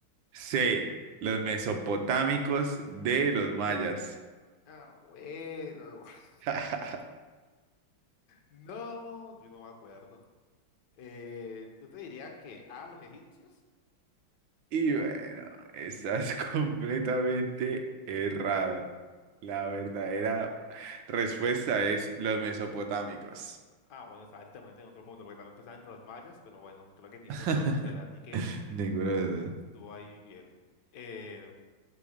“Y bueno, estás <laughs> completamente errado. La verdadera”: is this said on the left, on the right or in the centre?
Right